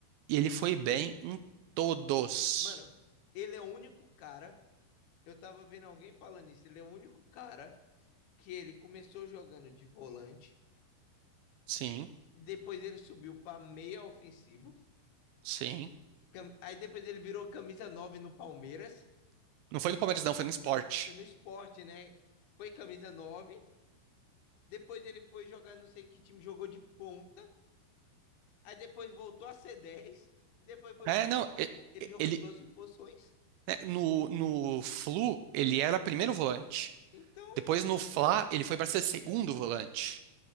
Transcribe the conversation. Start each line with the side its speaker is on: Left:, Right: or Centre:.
Right: E ele foi bem em todos.
Left: Mano, ele é o único cara. Eu tava vendo alguém falando isso. Ele é o único cara que ele começou jogando de volante.
Right: Sim,
Left: Depois ele subiu pra meia ofensivo.
Right: sim.
Left: cam- Aí depois ele virou camisa 9 no Palmeiras.
Right: Não foi no Palmeiras, não, foi no Sport.
Left: Foi, foi no sport né? Foi camisa nove Depois ele foi jogar, não sei que time, jogou de ponta. Aí depois voltou a ser dez E depois foi
Right: É,
Left: pra nove
Right: não,
Left: Tipo,
Right: e-
Left: ele
Right: e-
Left: jogou
Right: ele
Left: em todas as posições.
Right: né, no, no Flu ele era primeiro volante.
Left: Então,
Right: Depois no Fla ele foi para ser segundo volante.